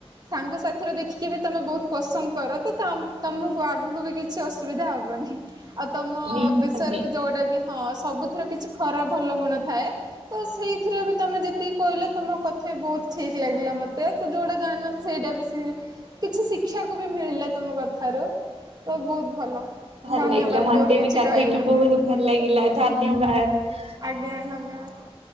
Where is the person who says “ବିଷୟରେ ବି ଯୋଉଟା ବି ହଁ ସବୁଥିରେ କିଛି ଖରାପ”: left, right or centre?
Right